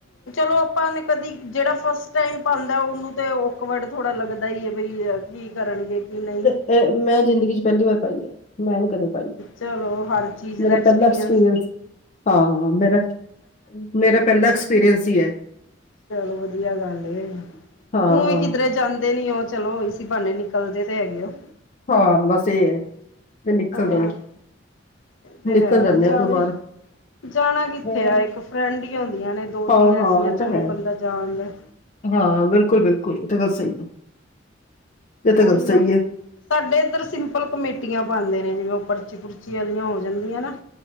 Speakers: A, on the left; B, on the left.
A: ਚਲੋ ਆਪਾਂ ਨੇ ਕਦੀ ਜਿਹੜਾ ਫਸਟ ਟਾਈਮ ਪਾਦੈ ਉਹਨੂੰ ਤੇ ਓਕਵਡ ਥੋੜ੍ਹਾ ਲੱਗਦਾ ਈ ਏ, ਬਈ ਏ ਕੀ ਕਰਨਗੇ ਕੀ ਨਈ
B: ਇਹ ਮੈਂ ਜ਼ਿੰਦਗੀ ਚ ਪਹਿਲੀ ਵਾਰ ਪਾਈ ਐ, ਮੈਂ ਨੀ ਕਦੇ ਪਾਈ
A: ਚਲੋ ਹਰ ਚੀਜ਼
B: ਮੇਰਾ
A: ਦਾ ਐਕਸਪੀਰੀਅਸ
B: ਪਹਿਲਾ ਐਕਸਪੀਰੀਅੰਸ ਹਾਂ ਮੇਰਾ, ਮੇਰਾ ਪਹਿਲਾ ਐਕਸਪੀਰੀਅੰਸ ਈ ਐ।
A: ਚਲੋ ਵਧੀਆ ਗੱਲ ਏ,
B: ਹਾਂ,
A: ਊ ਵੀ ਕਿੱਧਰੇ ਜਾਂਦੇ ਨੀ ਓ, ਚਲੋ ਸੀ ਬਹਾਨੇ ਨਿਕਲਦੇ ਤੇ ਹੈਗੇ ਓ।
B: ਹਾਂ ਬੱਸ ਏ ਐ। ਨਿਕਲ
A: ਹਾਂ
B: ਦੇਣ,
A: ਉਹ ਤੇ
B: ਨਿਕਲ
A: ਹੈ
B: ਜਾਂਦੇ
A: ਜਾਵੇ
B: ਆ ਕੋਈ ਬਾਹਰ
A: ਜਾਣਾ ਕਿੱਥੇ
B: ਹੈਂ।
A: ਐ, ਇੱਕ ਫਰੈਂਡ ਹੀ ਹੁੰਦੀਆਂ ਨੇ ਦੋ-
B: ਹਾਂ,
A: ਤਿੰਨ
B: ਹਾਂ
A: ਐਸੀਆਂ
B: ਇਹ ਤਾਂ
A: ਚਲੋ
B: ਹੈ
A: ਬੰਦਾ ਜਾਆਦਾ ਐ।
B: ਹਾਂ ਬਿਲਕੁਲ- ਬਿਲਕੁਲ ਉਹ ਤੇ ਗੱਲ ਸਹੀ ਐ, ਇਹ ਤਾਂ
A: ਕੋਈ
B: ਗੱਲ ਸਹੀ
A: ਨਾ
B: ਐ।
A: ਸਾਡੇ ਇੱਧਰ ਸਿੰਪਲ ਕਮੇਟੀਆਂ ਪਾਦੇ ਨੇ ਜਿਵੇਂ ਉਹ ਪਰਚੀ-ਪੁਰਚੀ ਵਾਲੀਆਂ ਹੋ ਜਾਂਦੀਆਂ ਨਾ।